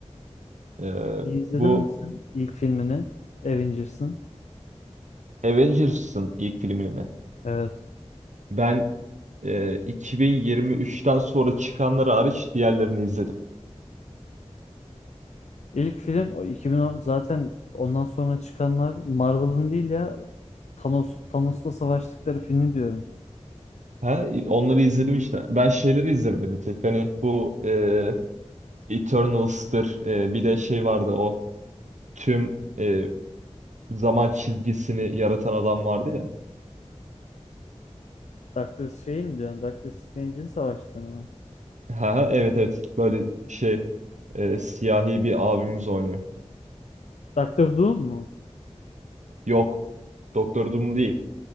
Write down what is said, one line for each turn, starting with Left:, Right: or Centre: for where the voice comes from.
Right: Ee,
Left: İyi İzledin
Right: bu
Left: mi sen ilk filmini? Avengers'ın.
Right: Avengers'ın ilk filmini mi?
Left: Evet.
Right: Ben e, 2023'ten sonra çıkanları hariç diğerlerini izledim.
Left: İlk film o 2010 zaten ondan sonra çıkanlar Marvel'ın değil ya Thanos Thanos'la savaştıkları filmi diyorum.
Right: Ha, onları izledim işte. Ben şeyleri izlemedim bir tek. Hani bu e, Eternals'tır. e, bir de şey vardı o tüm e, zaman çizgisini yaratan adam vardı ya.
Left: Doctor şey mi diyorsun? Doctor Strange'in savaştığını mı?
Right: Ha, ha, evet evet. Böyle şey e, siyahi bir abimiz oynuyor.
Left: Doctor Doom mu?
Right: Yok. Doktor Doom değil.